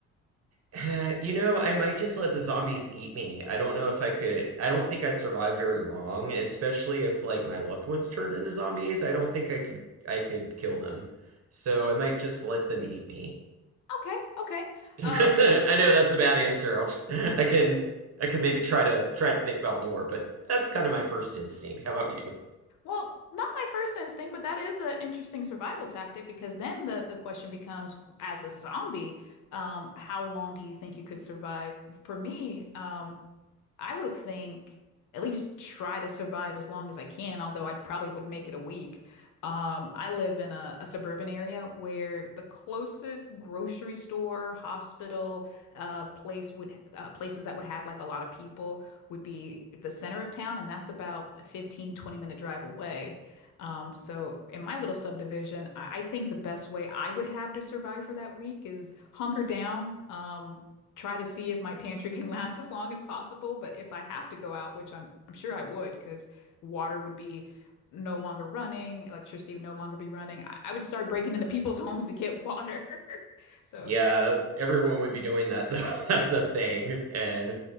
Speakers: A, on the right; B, on the left.
A: <sighs> you know, I might just let the zombies eat me. I don't know if I could. I don't think I'd survive very long, especially if like my loved ones turned into zombies. I don't think I could. I could kill them. So I might just let them eat me.
B: Okay, okay.
A: <laughs>
B: Um,
A: I know that's a bad answer. I'll, <laughs> I can I can maybe try to try to think about more, but that's kind of my first instinct. How about you?
B: Well, not my first instinct, but that is an interesting survival tactic because then the, the question becomes, as a zombie, um, how long do you think you could survive? For me, um, I would think at least try to survive as long as I can, although I'd probably would make it a week. Um, I live in a, a suburban area where the closest grocery store, hospital, uh, place would uh, places that would have like a lot of people would be the center of town, and that's about a 15 20 minute drive away. Um, so in my little subdivision, I, I think the best way I would have to survive for that week is hunker down, um, try to see if my pantry can <laughs> last as long as possible. But if I have to go out, which I'm I'm sure I would, because water would be no longer running, electricity would no longer be running. I, I would start breaking into people's <laughs> homes to get water. <laughs> so
A: Yeah, everyone
B: Yeah.
A: would be doing that though. <laughs> That's the thing. And